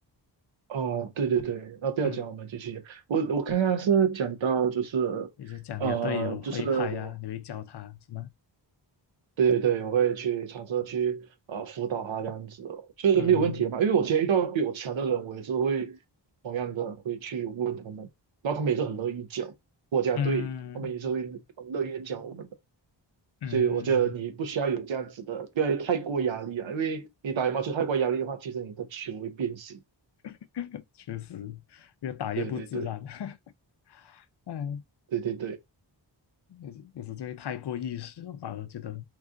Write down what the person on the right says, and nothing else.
啊，对对对，啊，不要讲，
我们继续。我我刚刚是讲到就是，
呃，就是我，
对对对，我会去尝试去呃辅导他这样子哦，就是没有问题嘛。
因为我今天遇到比我强的人，我也是会同样的会去问他们，然后他们也是很乐意教国家队他们也是会很乐意地讲我们的。
所以我觉得你不需要有这样子的，不要有太过压力啊，因为你打羽毛球太过压力的话，其实你的球会变形。
对对对
对对对。